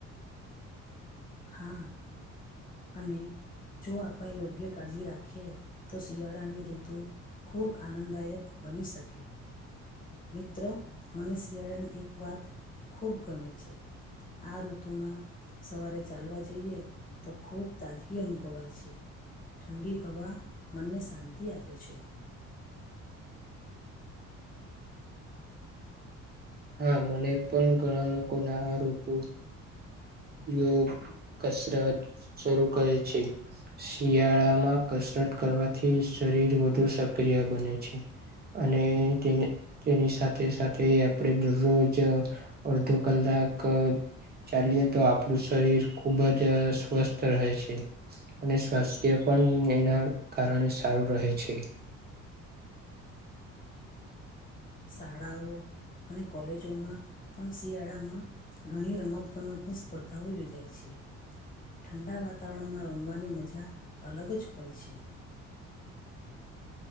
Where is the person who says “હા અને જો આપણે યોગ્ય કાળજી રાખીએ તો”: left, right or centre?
Left